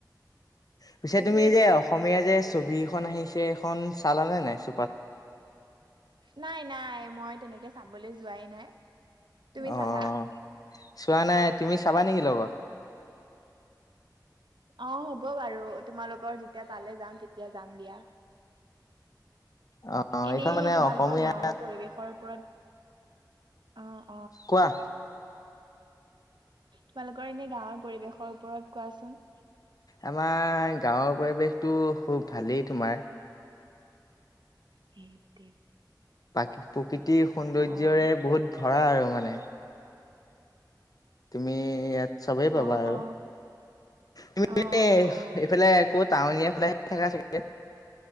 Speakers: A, on the left; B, on the right.
A: পিছে
B: তাকে
A: তুমি যে অসমীয়া যে ছবি এখন আহিছে এখন চালানে নাই? চ
B: নাই নাই মই তেনেকে চাবলৈ যোৱাই নাই। তুমি
A: অ'
B: চালা।
A: চোৱা নাই তুমি চাবা নেকি লগত?
B: অ হ'ব বাৰু তোমালোকৰ যেতিয়া তালৈ যাম তেতিয়া যাম দিয়া।
A: অ
B: এনে
A: এইখন মানে
B: তোমালোকৰ
A: অসমীয়া
B: গাওঁৰ পৰিৱেশৰ ওপৰত। অ।
A: কোৱা।
B: তোমালোকৰ এনে গাঁৱৰ পৰিৱেশৰ ওপৰত কোৱাচোন।
A: আমাৰ গাওঁ পৰিৱেশটো খুব ভালেই। তোমাৰ?
B: সেই তে
A: প্ৰাকি প্ৰকৃতিৰ সৌন্দৰ্যৰে
B: অ
A: বহুত ভৰা আৰু মানে। তুমি ইয়াত। চবেই পাবা
B: অ
A: আৰু
B: অ
A: তুমি
B: অ অ অ
A: এইফালে ক'ত। টাউনীয়ে ফালেহে থাকা চাগে